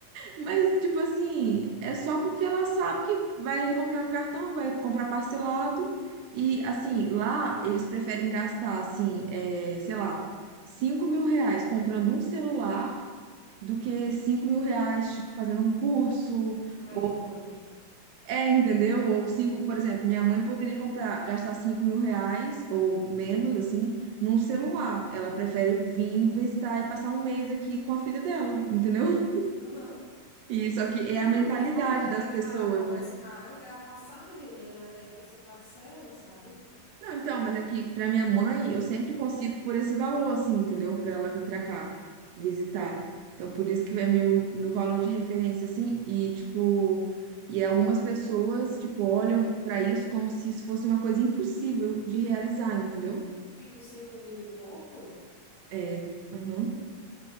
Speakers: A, on the right; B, on the left.
A: Mas, tipo assim, é só porque ela sabe que vai ali comprar no cartão, vai comprar parcelado. E, assim, lá eles preferem gastar, assim, é, sei lá, cinco mil reais comprando um celular do que cinco mil reais, tipo, fazendo um curso.
B: Um iPhone.
A: Ou, é, entendeu? Ou cinco, por exemplo,
B: Uhum.
A: minha mãe poderia comprar, gastar cinco mil reais ou menos, assim, num celular. Ela prefere vir visitar e passar um mês aqui com a filha dela, entendeu?
B: Aham.
A: E só que é a
B: Não,
A: mentalidade
B: e assim, o
A: das
B: mais
A: pessoas,
B: barato, o mais
A: né?
B: caro é a passagem, né? Mas daí você parcela, sabe?
A: Não, então, mas é que pra minha mãe, eu sempre consigo por esse valor, assim, entendeu? Pra ela vir pra cá visitar. Então, por isso que é meu, meu valor de referência, assim, e tipo, e algumas pessoas, tipo, olham pra isso como se isso fosse uma coisa impossível de realizar, entendeu?
B: Tipo, cinco mil e pouco,
A: É, aham.